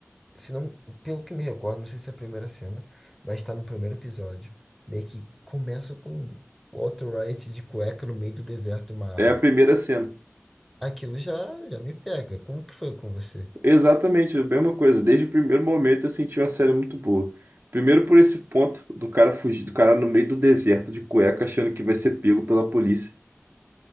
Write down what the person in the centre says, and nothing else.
se não, pelo que me recordo, não sei se é a primeira cena, mas tá no primeiro episódio. Meio que começa com o Walter White de cueca no meio do deserto, uma arma.
Aquilo já, já me pega. Como que foi com você?